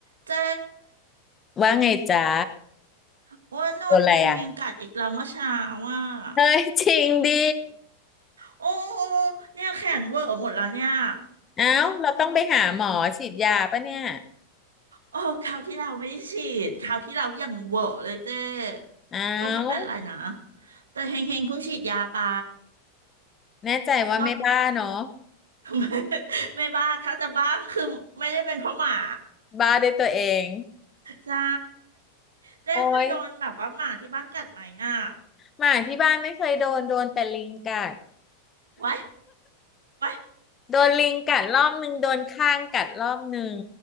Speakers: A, on the right; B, on the left.
A: เจ๊
B: ว่าไงจ๊ะ
A: อ้ว่านอนเฮงเฮงกัดอีกแล้วเมื่อเช้าว่า
B: โดนอะไรอ่ะเฮ้ยจริงดิ
A: อืมโอ้เนี่ยแขนเวอร์หมดแล้วเนี่ย
B: เอ้าเราต้องไปหาหมอฉีดยาปะเนี่ย
A: โอ้เออคราวที่เราไม่ได้ฉีดคราวที่เรายังเวอร์เลยเจ๊
B: เอ้า
A: ก็ไม่เป็นไรนะแต่เฮงเฮงเพิ่งฉีดยาไป
B: แน่ใจว่าไม่บ้าเนาะ
A: รอบ <laughs> ไม่ไม่บ้าถ้าจะบ้าก็คือไม่ได้เป็นเพราะหมา
B: บ้าด้วยตัวเอง
A: ใช่เจ๊เคยโดนแบบว่าหมาที่บ้านกัดไหมอ่ะ
B: โอ้ยหมาที่บ้านไม่เคยโดนโดนแต่ลิงกัด
A: ไว้ไว้
B: โดนลิงกัดรอบนึงโดนข้างกัดรอบนึง